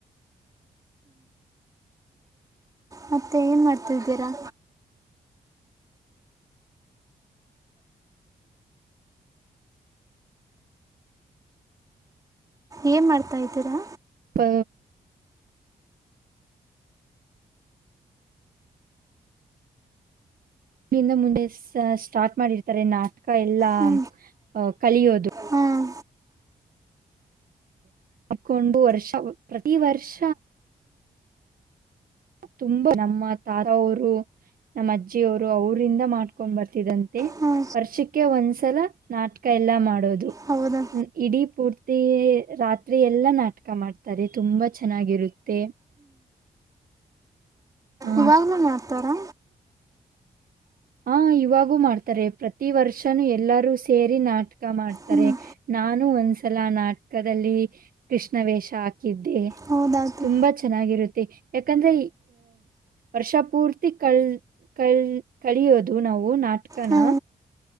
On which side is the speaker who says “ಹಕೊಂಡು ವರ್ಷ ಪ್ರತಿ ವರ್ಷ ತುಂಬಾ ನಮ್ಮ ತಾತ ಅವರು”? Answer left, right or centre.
Right